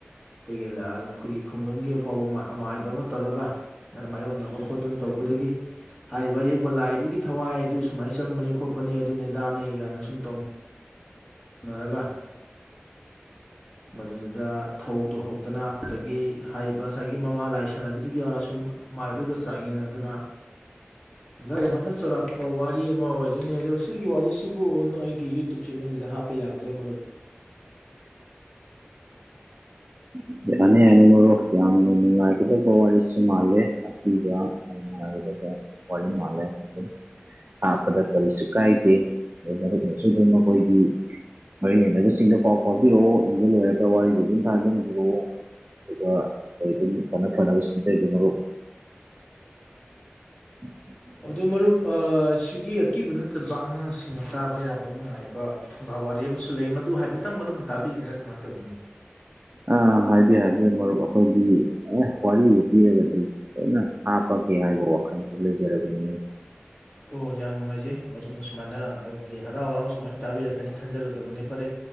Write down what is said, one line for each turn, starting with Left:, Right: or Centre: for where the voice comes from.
Left: ꯑꯩꯈꯣꯏꯒꯤ ꯂꯥꯏ ꯑꯥ ꯑꯩꯈꯣꯏꯒꯤ ꯈꯨꯡꯒꯪꯒꯤ ꯑꯐꯥꯎꯕ ꯃꯥꯏ ꯑꯃꯥꯏꯕ ꯑꯃ ꯇꯧꯔꯒ ꯃꯥꯅ ꯃꯥꯌꯣꯛꯅꯕ ꯈꯣꯠꯇꯨꯅ ꯇꯧꯕꯗꯒꯤ ꯍꯥꯏꯔꯤꯕ ꯑꯌꯦꯛꯄ ꯂꯥꯏ ꯑꯗꯨꯒꯤ ꯊꯋꯥꯏ ꯑꯗꯨ ꯁꯨꯃꯥꯏꯅ ꯆꯪꯕꯅꯤ ꯈꯣꯠꯄꯅꯤ ꯑꯗꯨꯅꯦ ꯗꯥꯅꯦ ꯀꯥꯏꯅ ꯁꯨꯝ ꯇꯧꯅ ꯎꯟꯅꯔꯒ ꯃꯗꯨꯗꯨꯗ ꯊꯧ ꯇꯧꯍꯣꯛꯇꯅ ꯑꯗꯒꯤ ꯍꯥꯏꯔꯤꯕ ꯉꯁꯥꯏꯒꯤ ꯃꯃꯥ ꯂꯥꯏ ꯁꯥꯟꯅꯕꯤꯗꯨꯒ ꯑꯁꯨꯝ ꯃꯥꯏꯗꯨꯒ ꯆꯥꯌꯦꯡꯅꯗꯨꯅ <unintelligible> ꯃꯥꯏꯅ ꯆꯥꯎꯔꯥꯛꯄ ꯋꯥꯔꯤ ꯑꯃ ꯑꯣꯏꯗꯣꯏꯅꯦ ꯑꯗꯣ ꯁꯤꯒꯤ ꯋꯥꯔꯤꯁꯤꯕꯨ ꯅ ꯑꯩꯒꯤ ꯌꯨꯇꯨꯕ ꯆꯦꯅꯦꯜꯗꯨꯗ ꯍꯥꯞ ꯄ ꯌꯥꯒꯗ꯭ꯔꯣ ꯃꯔꯨꯞ
Right: <unintelligible> ꯌꯥꯝꯅ ꯅꯨꯡꯉꯥꯏꯒꯗꯧꯕ ꯋꯥꯔꯤꯁꯨ ꯃꯥꯜꯂꯦ ꯑꯀꯤꯕ <unintelligible> ꯋꯥꯔꯤ ꯃꯥꯜꯂꯦ ꯑꯗꯨꯝ ꯍꯥꯞꯄꯗ ꯀꯔꯤꯁꯨ ꯀꯥꯏꯗꯦ <unintelligible> ꯃꯔꯤ ꯂꯩꯅꯕꯁꯤꯡꯗ ꯄꯥꯎ ꯐꯥꯎꯕꯤꯔꯛꯑꯣ ꯏꯕ ꯂꯣꯏꯔꯒ ꯋꯥꯔꯤꯗꯨ ꯑꯗꯨꯝ ꯊꯥꯖꯟꯕꯤꯔꯛꯑꯣ ꯑꯗꯨꯒ ꯑꯩꯈꯣꯏ ꯑꯗꯨꯝ ꯐꯅ ꯐꯅꯕ ꯁꯤꯟꯖꯒꯦ ꯃꯔꯨꯞ <inaudible>
Left: ꯑꯗꯣ ꯃꯔꯨꯞ ꯑꯥ ꯁꯤꯒꯤ ꯑꯀꯤꯕ ꯅꯠꯇꯕ ꯑꯉꯥꯡꯁꯤꯡꯅ ꯇꯥꯕ ꯌꯥꯕ ꯅꯨꯡꯉꯥꯏꯕ ꯐꯨꯡꯒꯥ ꯋꯥꯔꯤ ꯑꯃꯁꯨ ꯂꯩ ꯃꯗꯨ ꯍꯥꯏꯐꯦꯠꯇꯪ ꯃꯔꯨꯞꯅ ꯇꯥꯕꯤꯒꯦꯔꯥ ꯀꯃꯥꯏꯅ ꯇꯧꯒꯅꯤ
Right: ꯑ ꯍꯥꯏꯕꯤꯌꯨ ꯍꯥꯏꯕꯤꯌꯨ ꯃꯔꯨꯞ ꯑꯩꯈꯣꯏꯗꯤ ꯑꯦ ꯋꯥꯔꯤ ꯄꯤꯔꯒꯗꯤ ꯂꯣꯏꯅ ꯍꯥꯞꯄꯒꯦ ꯍꯥꯏꯕ ꯋꯥꯈꯜꯗꯨ ꯂꯩꯖꯔꯕꯅꯤ ꯃꯔꯨꯞ
Left: ꯑꯣ ꯌꯥꯝ ꯅꯨꯡꯉꯥꯏꯖꯩ ꯃꯔꯨꯞꯅ ꯁꯨꯃꯥꯏꯅ ꯑꯩꯒꯤ ꯍꯔꯥꯎ ꯍꯔꯥꯎ ꯁꯨꯃꯥꯏꯅ ꯇꯥꯕꯤꯔꯛꯀꯅꯤ ꯈꯟꯖꯔꯨꯗꯕꯅꯤ ꯐꯔꯦ